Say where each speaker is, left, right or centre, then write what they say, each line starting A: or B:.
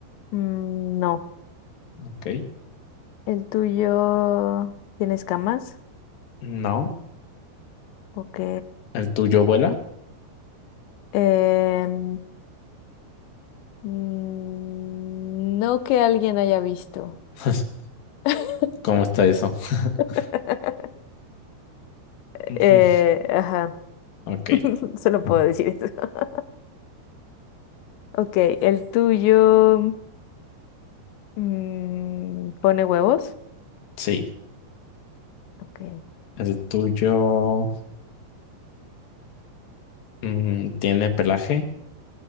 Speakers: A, on the left (about 85°); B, on the left (about 65°).
A: Mm, no.
B: Ok.
A: ¿El tuyo tiene escamas?
B: No.
A: Ok.
B: ¿El tuyo vuela?
A: Em, mm, no que alguien haya visto.
B: <laughs>
A: <laughs>
B: ¿Cómo está eso?
A: <laughs>
B: <laughs> Ujú,
A: Eh, ajá,
B: Ok.
A: <laughs> solo
B: Ah,
A: puedo decir eso. <laughs> Ok, el tuyo mm, pone huevos.
B: Sí.
A: Ok,
B: ¿El tuyo mm, tiene pelaje?